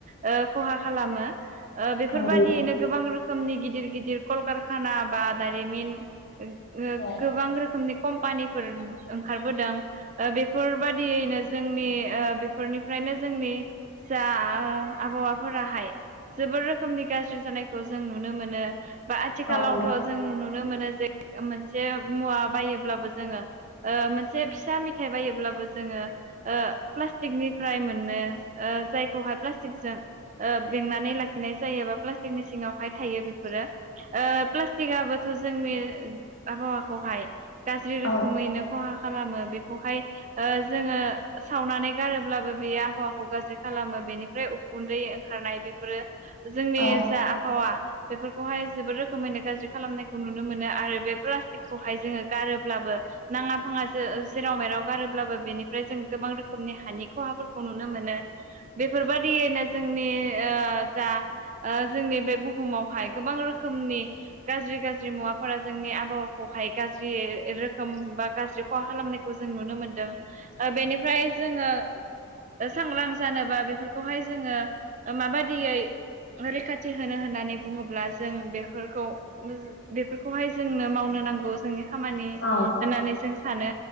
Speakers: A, on the right; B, on the left.
A: ओ खहा खालामो। ओ बेफोरबायदियैनो
B: औ नंगौ
A: गोबां रोखोमनि गिदिर गिदिर कलकारखाना बा दारिमिन। ओ
B: औ
A: गोबां रोखोमनि कम्पानिफोर ओंखारबोदों, ओ बेफोरबादियैनो जोंनि ओ बेफोरनिफ्रायनो जोंनि जा आ आबहावाफोराहाय जोबोर रोखोमनि गाज्रि जानायखौ जों नुनो मोनो। बा आथिखालावथ'
B: औ नंगौ
A: जों नुनो मोनो जे मोनसे मुवा बायोब्लाबो जोङो ओ मोनसे फिसा मेथाइ बायोब्लाबो जोङो ओ प्लास्टिकनिफ्राय मोननो ओ जायखौहाय फ्लासटिकजों ओ नै लाखिनाय जायोबा प्लास्टिकनि सिङावहाय थायो बेफोरोओ प्लास्टिकआबो थ' जोंनि आबहावाखौहाय गाज्रि
B: औ
A: रोखोमैनो खहा खालामो बेखौहाय ओ जोङो सावनानै गारोब्लाबो बे आबहावाखौ गाज्रि खालामो बेनिफ्राय उखुन्दै ओंखारनाय बेफोरो जोंनि
B: औ
A: जा आबहावा बेफोरखौहाय जोबोद रोखोमैनो गाज्रि खालामनायखौ नुनो मोनो आरो बे प्लास्टिकखौहाय जोङो गारोब्लाबो नाङा फाङासो जेराव मेराव गारोब्लाबो बेनिफ्राय जों गोबां रोखोमनि हानि खहाफोरखौ नुनो मोनो बेफोरबायदियैनो जोंनि ओ जा ओ जोंनि बे बुहुमावहाय गोबां रोखोमनि गाज्रि गाज्रि मुवाफोरा जोंनि आबहावाखौ हाय गाज्रि रोखोम बा गाज्रि खहा खालामनायखौ जों नुनो मोनदों। ओ बेनिफ्राय जोङो सांग्रां जानोबा बेफोरखौहाय जोङो माबायदियै रैखाथि होनो होननानै बुङोब्ला जों बेफोरखौ बेफोरखौहाय जोंनो मावनो नांगौ जोंनि खामानि
B: औ
A: होननानै जों सानो